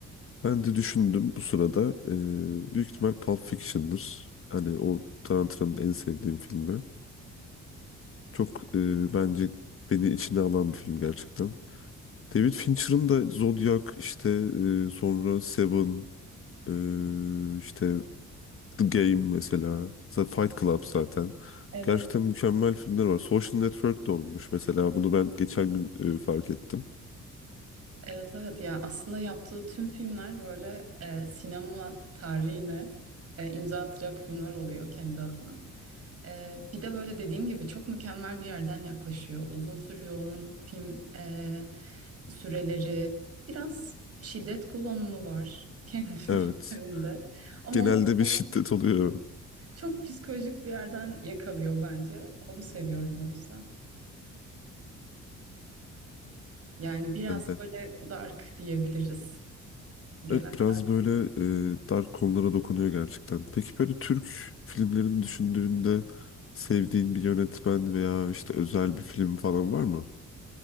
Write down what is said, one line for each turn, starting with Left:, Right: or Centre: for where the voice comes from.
Left: Ben de düşündüm bu sırada. E, büyük ihtimal Pulp Fiction'dır. Hani o Tarantino'nun en sevdiğim filmi. Çok e, bence beni içine alan bir film gerçekten. David Fincher'ın da Zodiac işte e, sonra Seven e, işte The Game mesela. Zaten Fight Club zaten.
Right: Evet,
Left: Gerçekten mükemmel filmler var. Social Network de olmuş mesela. Bunu ben geçen gün e, fark ettim.
Right: evet, evet. Ya aslında yaptığı tüm filmler böyle e, sinema tarihine e, imza atacak filmler oluyor kendi adına. E, bir de böyle dediğim gibi çok mükemmel bir yerden yaklaşıyor. Uzun sürüyor onun film e, süreleri. Biraz şiddet kullanımı var kendi <laughs> filmlerinde.
Left: Evet.
Right: Ama
Left: Genelde
Right: onu
Left: bir
Right: çok,
Left: şiddet oluyor evet,
Right: çok psikolojik bir yerden yakalıyor bence. Onu seviyorum o yüzden. Yani biraz
Left: bende.
Right: böyle dark diyebiliriz genel
Left: Evet biraz
Right: tarz.
Left: böyle e, dar konulara dokunuyor gerçekten. Peki böyle Türk filmlerini düşündüğünde sevdiğin bir yönetmen veya işte özel bir film falan var mı?